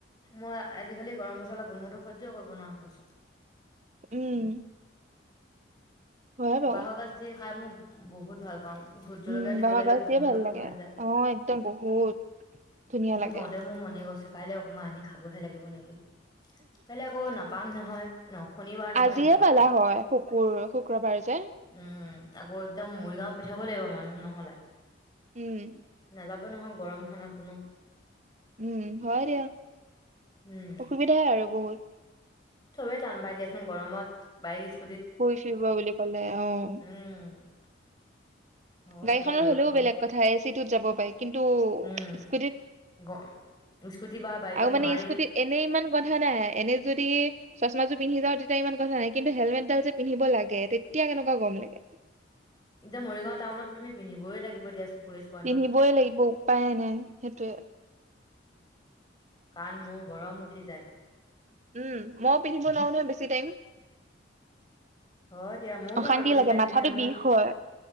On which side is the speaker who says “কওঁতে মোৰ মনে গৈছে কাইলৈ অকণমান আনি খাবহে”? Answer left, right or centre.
Left